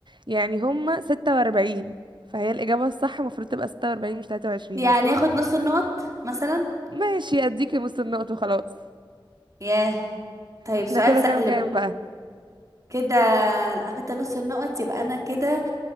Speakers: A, on the right; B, on the right.
A: يعني هما ستة واربعين فهي الإجابة الصح المفروض تبقى ستة واربعين مش تلاتة وعشرين
B: يعني
A: بس هي
B: ياخد نص النقط مثلا
A: ماشي أديكي نص النقط وخلاص
B: ياه طيب
A: احنا
B: سؤال
A: كده
B: سهل
A: كام كام
B: بقى
A: بقى
B: كده لو اخدت نص النقط يبقى انا كده